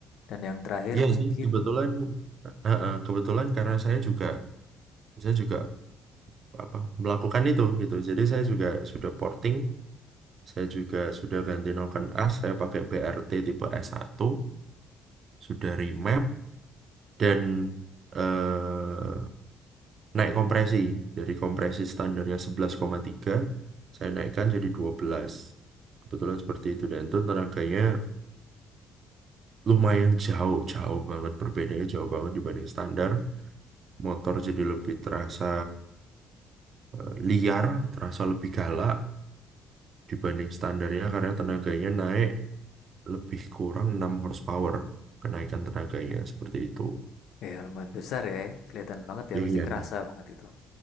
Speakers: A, on the left; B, on the right.
A: Dan yang terakhir
B: Iya
A: mungkin
B: sih, kebetulan eh, eh, kebetulan karena saya juga saya juga apa melakukan itu gitu. Jadi saya juga sudah porting, saya juga sudah ganti noken as, saya pakai BRT tipe s satu sudah remap dan eh, naik kompresi dari kompresi standarnya sebelas koma tiga saya naikkan jadi dua belas Kebetulan seperti itu dan itu tenaganya lumayan jauh, jauh banget perbedaannya jauh banget dibanding standar. Motor jadi lebih terasa eh, liar, terasa lebih galak dibanding standarnya karena tenaganya naik lebih kurang enam horsepower kenaikan tenaganya seperti itu.
A: ya lumayan besar ya. Kelihatan banget
B: Iya,
A: ya pasti
B: iya,
A: kerasa
B: iya.
A: banget itu.